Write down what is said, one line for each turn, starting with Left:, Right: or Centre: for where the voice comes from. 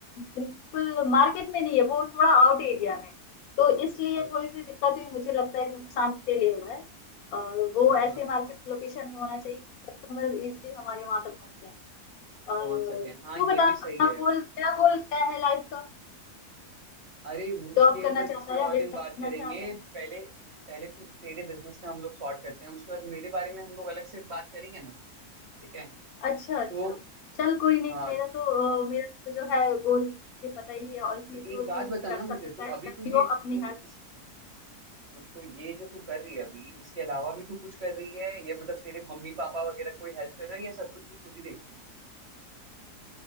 Left: बिल्कुल मार्केट में नहीं है वो थोड़ा आउट एरिया में है। तो इसलिए
Right: अच्छा
Left: थोड़ी सी दिक्कत हुई मुझे लगता है कि नुकसान के लिए हुआ है और वो
Right: हाँ
Left: ऐसे
Right: हाँ
Left: मार्केट लोकेशन होना चाहिए कस्टमर इजिली हमारे वहां तक पहुंच जाए और
Right: पहुंच सके हाँ
Left: तू
Right: ये
Left: बता
Right: भी
Left: अपना
Right: सही है
Left: गोल क्या गोल क्या है लाइफ का
Right: अरे वो- उसके
Left: जॉब करना
Right: ऊपर किसी
Left: चाहता है या
Right: और दिन
Left: बिजनेस
Right: बात
Left: करना
Right: करेंगे
Left: चाहता है
Right: पहले पहले तू तेरे बिजनेस का हम लोग सॉर्ट करते हैं उसके बाद मेरे बारे में हम लोग अलग से बात करेंगे ना ठीक है
Left: अच्छा
Right: तो
Left: अच्छा चल कोई नहीं
Right: हाँ
Left: मेरा तो अ, मेरा तो जो है गोल मुझे पता ही है और इसमें
Right: तो
Left: जो
Right: एक बात
Left: तू
Right: बताना
Left: कर सकता
Right: मुझे तो
Left: है करती
Right: अभी तू ये
Left: हो अपनी
Right: तू
Left: हेल्प
Right: इस, तो ये जो तू कर रही है अभी इसके अलावा भी तू कुछ कर रही है या मतलब तेरे मम्मी पापा वगैरह कोई हेल्प कर रहा है या सब कुछ तू खुद ही देख रही